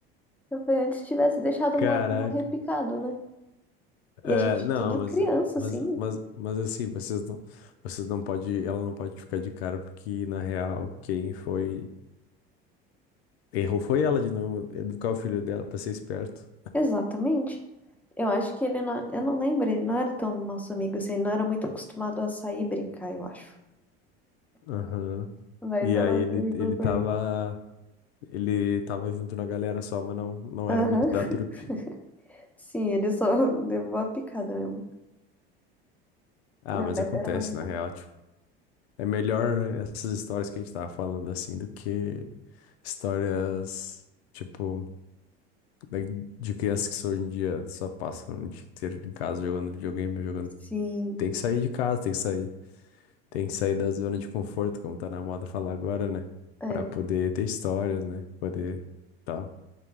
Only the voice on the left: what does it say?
Caraca.
É,
não,
mas,
mas,
mas, mas assim, vocês não, vocês não pode, ela não pode ficar de cara, porque na real, quem foi, errou foi ela de não educar o filho dela pra ser esperto.
Aham.
E
aí ele,
ele
tava,
ele tava junto na galera só, mas não, não
era muito
da trupe.
Ah,
mas
acontece,
na real, tipo, é melhor essas histórias que a gente tava falando assim do que histórias, tipo, da- de crianças que só hoje em dia só passam o dia inteiro em casa jogando videogame, jogando
Tem que sair de casa, tem que sair, tem que sair da zona de conforto, como tá na moda falar agora, né?
Pra poder ter histórias, né? Poder tal.